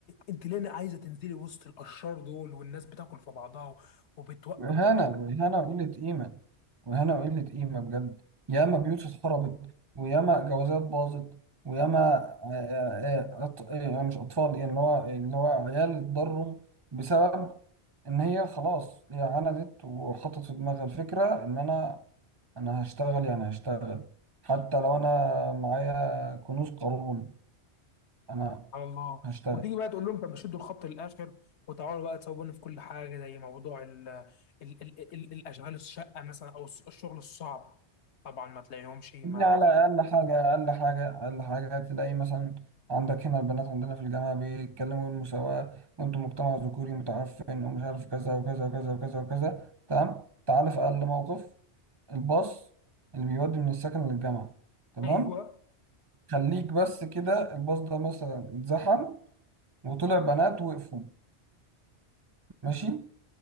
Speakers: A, on the left; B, on the right.
A: انت ليه عايزه تنزلي وسط الاشرار دول والناس بتاكل في بعضها وبتوقف
B: إهانة
A: بتعمل
B: وإهانة وقلة قيمة وإهانة وقلة قيمة بجد ياما بيوت اتخربت وياما جوازات باظت وياما آه، آه، آه، أط... آه، يعني مش أطفال يعني اللي هو اللي هو عيال اتضروا بسبب إن هي خلاص هي عندت وحطت في دماغها الفكرة إن أنا أنا هشتغل يعني هشتغل حتى لو أنا معايا كنوز قارون أنا
A: سبحان الله
B: هشتغل
A: وتيجي بقى تقول لهم طب شدوا الخط للاخر وتعالوا بقى تسووني في كل حاجه زي موضوع ال ال ال ال الاشغال الشقه مثلا او الس- الشغل الصعب طبعا ما تلاقيهمش ما
B: دي على أقل حاجة أقل حاجة أقل حاجة تلاقي مثلا عندك هنا البنات عندنا في الجامعة بيتكلموا المساواة وأنتم مجتمع ذكوري متعفن ومش عارف كذا وكذا وكذا وكذا وكذا تمام تعال في أقل موقف الباص اللي بيودي من السكن للجامعة تمام
A: <laughs> ايوه
B: خليك بس كده الباص ده مثلا اتزحم وطلع بنات وقفوا ماشي